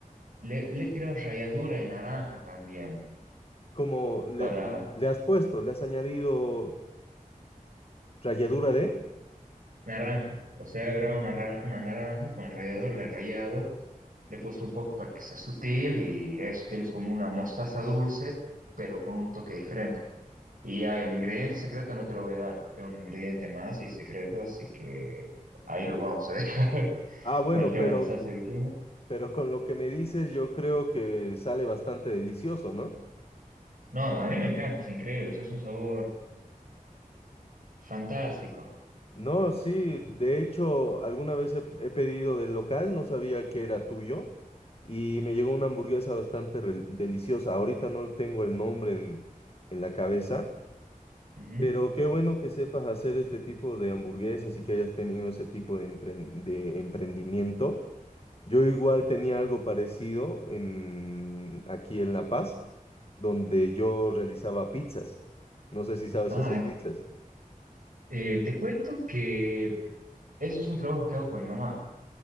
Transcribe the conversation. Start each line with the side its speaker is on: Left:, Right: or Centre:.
Right: Le, le he tirado ralladura de naranja también,
Left: como le,
Right: para
Left: le has puesto, le has añadido ralladura de.
Right: naranja. O sea, he agarrado una, ra- una naranja con el rallador, le he rallado, le he puesto un poco para que sea sutil y eso tienes como una mostaza dulce, pero con un toque diferente. Y ya el ingrediente secreto no te lo voy a dar, porque tengo un ingrediente más y es secreto, así que ahí lo vamos a dejar
Left: Ah,
Right: <laughs>
Left: bueno,
Right: con el tema
Left: pero,
Right: de la salsa vikinga.
Left: pero con lo que me dices, yo creo que sale bastante delicioso, ¿no?
Right: No, a mí me encanta, es increíble, o sea, es un sabor fantástico.
Left: No, sí, de hecho, alguna vez he, he pedido del local, no sabía que era tuyo, y me llegó una hamburguesa bastante re- deliciosa. Ahorita no tengo el nombre en, en la cabeza,
Right: Ujú.
Left: pero qué bueno que sepas hacer este tipo de hamburguesas y que hayas tenido ese tipo de, entren- de emprendimiento. Yo igual tenía algo parecido en, aquí en La Paz, donde yo realizaba pizzas. No sé si sabes
Right: Ah,
Left: hacer pizzas.
Right: eh, te cuento que eso es un trabajo que hago con mi mamá.